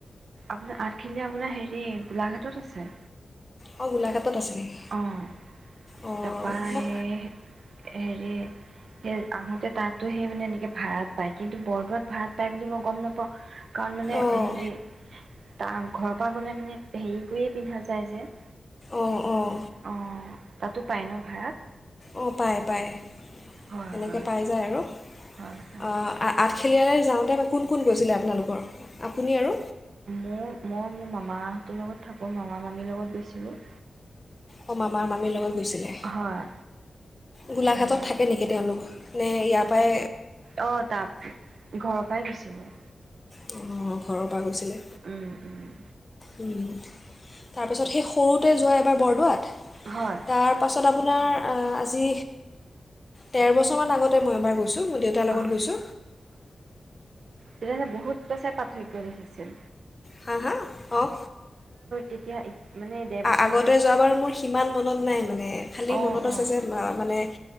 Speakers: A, on the right; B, on the left.
A: আপোনাৰ আঠ এনে আপোনাৰ হেৰি, গোলাঘাটত আছে।
B: অঁ গোলাঘাটত আছে নেকি
A: অ'।
B: অঁ
A: তাৰপৰা এই
B: মই
A: হেৰি সেই আহোতে তাতো সেই মানে এনেকে ভাড়াত পায়। কিন্তু বৰদোৱাত ভাড়াত পায় বুলি মই গম নাপাওঁ। কাৰণ মানে
B: অঁ
A: হেৰি- তাৰ ঘৰৰ পৰা গ'লে মানে হেৰি কৰিয়ে পিন্ধা <unintelligible> <unintelligible> যে-
B: অঁ অঁ
A: অ'। তাতো পায় ন ভাড়াত?
B: অ' পায়, পায়
A: হয়
B: এনেক
A: হয়
B: পাই যায় আৰু।
A: হয় হয়
B: অ' আ আ আঠখেলীয়ালৈ যাওঁতে কোন কোন গৈছিলে আপোনালোকৰ? আপুনি আৰু?
A: মোৰ মই মোৰ মামাহঁতৰ লগত থাকোঁ। মামা মামীৰ লগত গৈছিলোঁ।
B: অ', মামা মামীৰ লগত গৈছিলে।
A: হয়
B: গোলাঘাটত
A: সেয়া
B: থাকে নেকি তেওঁলোক নে ইয় পায়
A: অ তাপ ঘৰৰ পৰাই গৈছিলো
B: অঁ ঘৰৰ পৰা গৈছিলে
A: উম, উম।
B: তাৰপাছত সেই সৰুতে যোৱা এবাৰ বৰদোৱাত
A: হয়,
B: তাৰপাছত আপোনাৰ আজি তেৰ বছৰমান আগতে মই এবাৰ গৈঁ ছো মোৰ দেউতাৰ
A: হয়,
B: লগত গৈছো
A: তেতি বহুত পেচ পাঠ হয় কি কৰিখিছিল
B: হাঁ হা অঁ
A: তেতিয়া মানে ডেৰ বছৰ
B: আগতে
A: আগত
B: যোৱা বাৰু মোৰ সিমান মনত নাই মানে খালী
A: অ',
B: মনত আছে
A: অ',
B: যে মানে